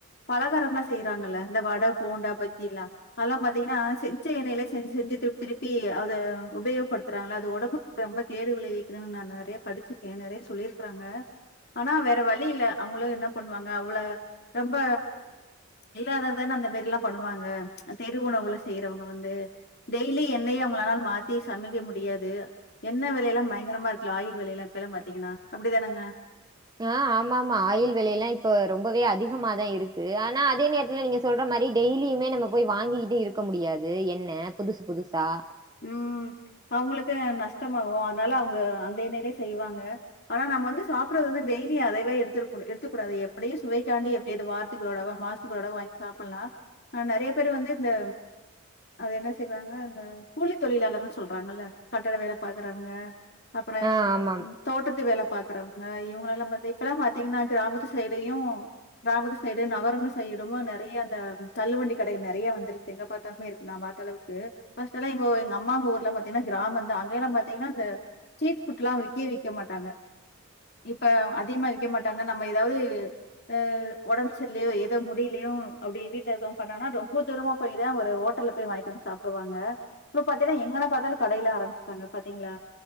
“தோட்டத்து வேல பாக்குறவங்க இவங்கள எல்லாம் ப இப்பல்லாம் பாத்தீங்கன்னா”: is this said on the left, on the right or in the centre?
Left